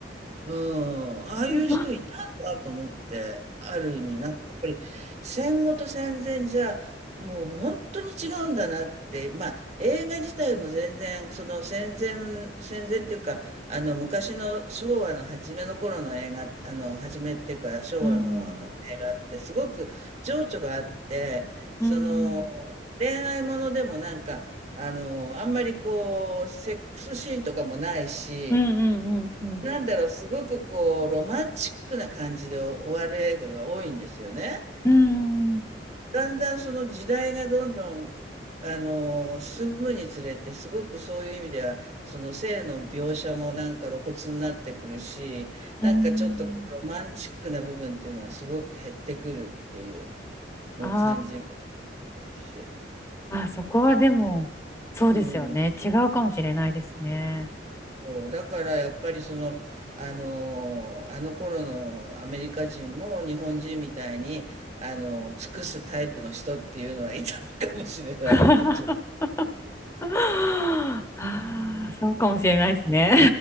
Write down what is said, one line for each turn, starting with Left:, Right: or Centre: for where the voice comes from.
Right: うん、ああいう人いたんだと思って、
Left: うん。
Right: ある意味なんかやっぱり戦後と戦前じゃもう本当に違うんだなって、まあ映画自体も全然その戦前、戦前っていうかあの昔の昭和の初めの頃の映画、あの初めっていうか昭和のあの映画ってすごく情緒があって、
Left: うん。
Right: その
Left: うん
Right: 恋愛ものでもなんかあのあんまりこうセックスシーンとかもないし、
Left: うんうんうん。
Right: なんだろう、すごくこう、ロマンチックな感じで終わる映画が多いんですよね。
Left: うん。
Right: だんだんその時代がどんどん、あの、進むにつれて、すごくそういう意味では、その性の描写もなんか露骨になってくるし、
Left: うん
Right: なんかちょっとこうロマンチックな部分っていうのはすごく減ってくるっていうのを感じる
Left: あ
Right: し。
Left: ああ、そこはでも、そうですよね。
Right: うん。
Left: 違うかもしれないですね。
Right: そうだからやっぱりその、あの、あの頃のアメリカ人も日本人みたいに、あの、尽くすタイプの人っていうのはいたのかもしれないってちょっと
Left: <laughs> ああ、そうかもしれないですね。